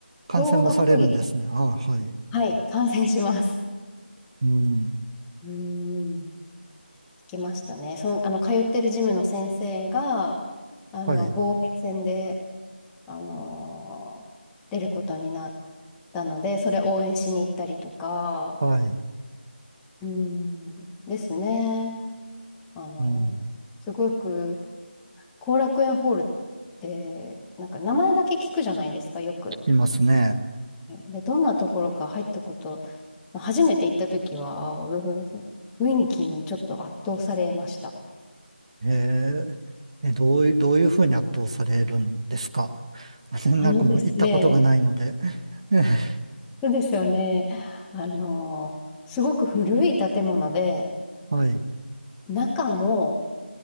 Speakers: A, on the right; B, in the centre.
A: 感染もされるんですね。
B: 総合格闘技、
A: ああ、はい。
B: はい、観戦します。
A: うん。
B: うーん。行きましたね。その、あの、通ってるジムの先生が、あの、
A: はい。
B: 防衛戦で、あのー出ることになったので、それ応援しに行ったりとか、
A: はい。
B: うーん、ですね。あの、
A: うん。
B: すごく、後楽園ホールって、なんか名前だけ聞くじゃないですか、よく。
A: 聞きますね。
B: はいで、どんなところか入ったこと、初めて行った時は、あー雰囲気にちょっと圧倒されました。
A: ええ、え、どういう、どういうふうに圧倒されるんですか <laughs> なんかもう行ったことがないので。
B: あのですね、
A: <laughs>
B: そうですよね。あの、すごく古い建物で、
A: はい。
B: 中も、